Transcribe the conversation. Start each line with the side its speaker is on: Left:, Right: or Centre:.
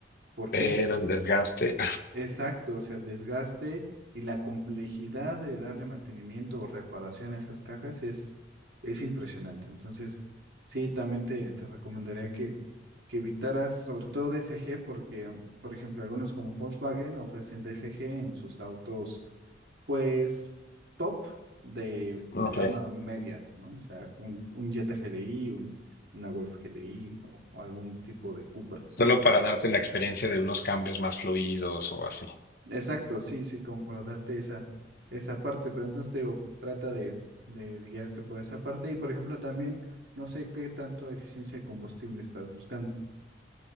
Right: ¿Por
Left: pero
Right: qué?
Left: el desgaste.
Right: Exacto, o sea, el desgaste y la complejidad de darle mantenimiento o reparación a esas cajas es, es impresionante. Entonces, sí, también te, te recomendaría que que evitaras sobre todo DSG porque, por ejemplo, algunos como Volkswagen ofrecen DSG en sus autos, pues, top de
Left: Ok.
Right: gama media, ¿no? O sea, un, un Jetta GLI, un, una Golf GLI o, o algún tipo de Cupra.
Left: Solo
Right: Ujú.
Left: para darte la experiencia de unos cambios más fluidos o así.
Right: Exacto, sí, sí, como para darte esa, esa parte, pero entonces te digo, trata de, de guiarte por esa parte y, por ejemplo, también, no sé qué tanto eficiencia de combustible estás buscando.